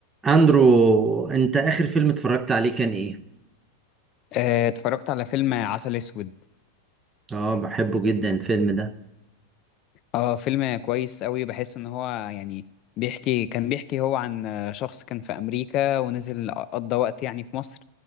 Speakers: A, on the right; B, on the left.
A: اندرو انت اخر فيلم اتفرجت عليه كان ايه
B: آه، اتفرجت على فيلم عسل اسود
A: اه بحبه جدا الفيلم ده
B: اه فيلم كويس قوي بحس ان هو يعني بيحكي كان بيحكي هو عن آه، شخص كان في امريكا ونزل قضى وقت يعني في مصر